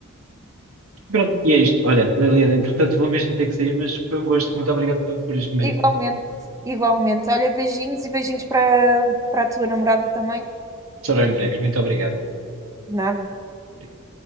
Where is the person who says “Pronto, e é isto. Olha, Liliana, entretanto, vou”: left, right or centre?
Right